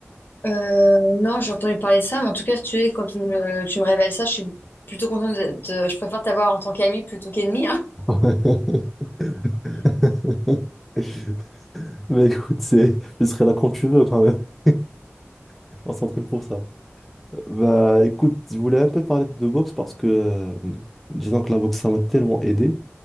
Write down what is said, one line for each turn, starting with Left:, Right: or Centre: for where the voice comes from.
Left: Euh, non, j'ai entendu parler de ça, mais en tout cas, si tu es, quand tu me, tu me révèles ça, je suis plutôt contente de, de- je préfère t'avoir en tant qu'ami plutôt qu'ennemi, hein.
Centre: <laughs> <laughs> Bah écoute, c'est... je serai là quand tu veux quand même. <laughs> On s'entraîne pour ça. Bah écoute, je voulais un peu parler de boxe parce que euh, disons que la boxe, ça m'a tellement aidé